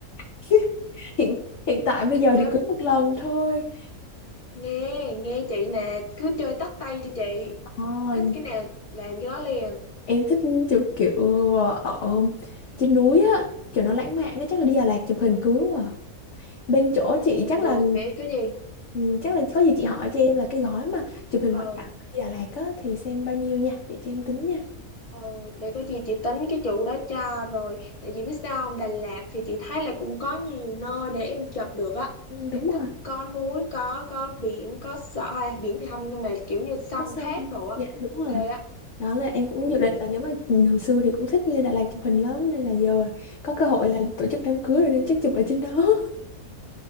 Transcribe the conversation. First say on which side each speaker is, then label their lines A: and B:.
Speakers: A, on the left (about 55°); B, on the left (about 20°).
A: <laughs> hiện hiện tại bây giờ
B: chết
A: thì cưới một lần thôi
B: nghe nghe chị nè cứ chơi tắt tay cho chị
A: Ờ,
B: thích cái nào làm cái đó liền
A: em thích chụp kiểu ở trên núi á kiểu nó lãng mạn á chắc là đi Đà Lạt chụp hình cưới quá bên chỗ
B: ừ
A: chị chắc là
B: được để có gì
A: ừ, chắc là có gì
B: ừ
A: chị hỏi cho em là cái gói mà chụp hình
B: ờ
A: ngoại cảnh mà đi Đà Lạt á thì xem bao nhiêu nha để cho em tính nha
B: ờ để có gì chị tính cái chủ đó cho rồi tại vì biết sao không Đà Lạt thì chị thấy là cũng có nhiều nơi để em chụp được á
A: ừ,
B: em
A: đúng rồi
B: thích có núi có có biển có sợ à, biển thì không nhưng mà kiểu như sông
A: có xong
B: thác đồ á
A: dạ đúng
B: ok
A: rồi
B: á
A: đó là em cũng
B: ừ
A: dự định là nếu mà ừ, hồi xưa thì cũng thích lên Đà Lạt chụp hình lắm nên là giờ có cơ hội là tổ chức đám cưới rồi nên chắc chụp ở trên đó <laughs>